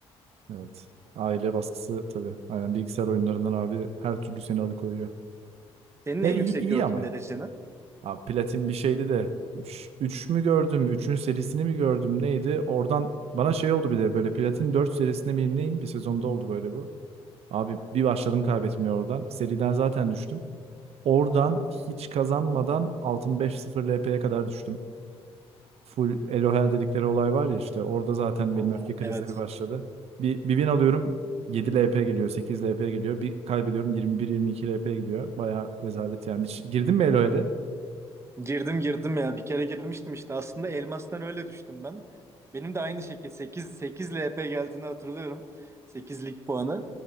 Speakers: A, on the right; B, on the right.
A: Evet. Aile baskısı tabii. Aynen bilgisayar oyunlarından abi her türlü seni alıkoyuyor.
B: Senin
A: Ya
B: en
A: iyi
B: yüksek
A: iyi
B: gördüğün
A: ama ya.
B: dereceni.
A: Abi Platin bir şeydi de üç üç mü gördüm? üçün serisini mi gördüm? Neydi? Oradan bana şey oldu bir de böyle Platin 4 serisinde miyim neyim? Bir sezonda oldu böyle bu. Abi bir başladım kaybetmeye oradan. Seriden zaten düştüm. Oradan hiç kazanmadan altın 5-0 LP'ye kadar düştüm. Full Elohel dedikleri olay var ya işte orada zaten
B: Aa,
A: benim öfke krizleri
B: evet.
A: başladı. Bir, bir win alıyorum 7 LP geliyor 8 LP geliyor. Bir kaybediyorum 21-22 LP gidiyor. bayağı rezalet yani. Hiç girdin mi Elohel'e?
B: Girdim girdim ya. Bir kere girmiştim işte. Aslında elmastan öyle düştüm ben. Benim de aynı şekilde sekiz 8 LP geldiğini hatırlıyorum. Sekizlik puanı.